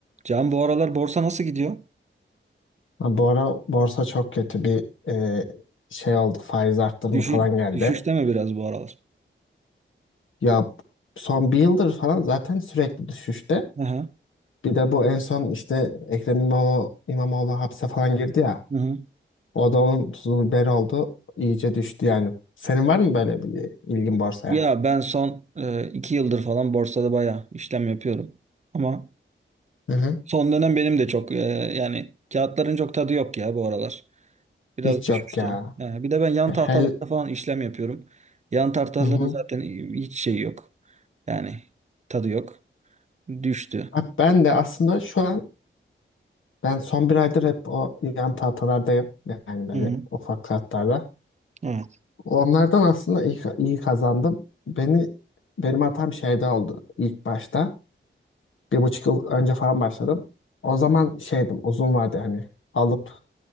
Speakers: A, on the right (about 35°); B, on the left (about 75°).
A: Can bu aralar borsa nasıl gidiyor?
B: Ha, bu ara borsa çok kötü bir e, şey oldu. Faiz arttırımı
A: Düşü,
B: falan geldi.
A: düşüşte mi biraz bu aralar?
B: Ya son bir yıldır falan zaten sürekli düşüşte.
A: Hı hı.
B: Bir de bu en son işte Ekrem İmamoğlu, İmamoğlu hapse falan girdi ya.
A: hı hı.
B: O da onun tuzu biberi oldu. İyice düştü yani. Senin var mı böyle bir ilgin borsaya?
A: Ya ben son e, iki yıldır falan borsada bayağı işlem yapıyorum. Ama
B: Hı hı.
A: son dönem benim de çok e, yani kağıtların çok tadı yok ya bu aralar. Biraz
B: Hiç
A: düşüşte.
B: yok ya.
A: Ha, bir de ben yan
B: Hel
A: tahtalarda falan işlem yapıyorum. Yan tahtaların
B: hı hı.
A: zaten hiç şey yok. Yani tadı yok. Düştü.
B: Ha, Ben de aslında şu an ben son bir aydır hep o yan tahtalardayım. Yani böyle
A: Hı hı.
B: ufak kağıtlarda.
A: Evet.
B: Onlardan aslında iyi, iyi kazandım. Beni benim hatam şeyde oldu ilk başta. Bir buçuk yıl önce falan başladım. O zaman şeydim uzun vardı hani alıp